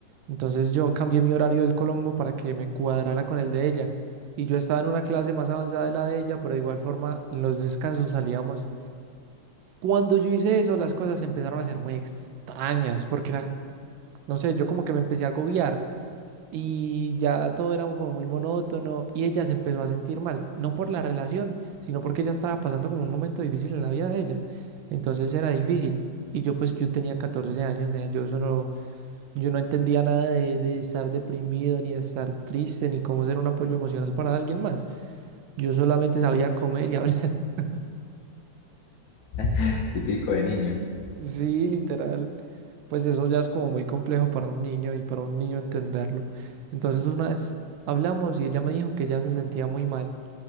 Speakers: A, on the right; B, on the left.
A: Entonces yo cambié mi horario del Colombo para que me cuadrara con el de ella. Y yo estaba en una clase más avanzada de la de ella, pero de igual forma en los descansos salíamos. Cuando yo hice eso, las cosas empezaron a ser muy extrañas, porque era, no sé, yo como que me empecé a agobiar. Y ya todo era como muy monótono y ella se empezó a sentir mal, no por la relación, sino porque ella estaba pasando como un momento difícil en la vida de ella. Entonces era difícil. Y yo pues yo tenía 14 años, nea, yo eso no, yo no entendía nada de, de estar deprimido, ni de estar triste, ni cómo ser un apoyo emocional para alguien más. Yo solamente sabía comer y hablar. <laughs>
B: <laughs> típico de niño.
A: Sí, literal. Pues eso ya es como muy complejo para un niño y para un niño entenderlo. Entonces una vez hablamos y ella me dijo que ella se sentía muy mal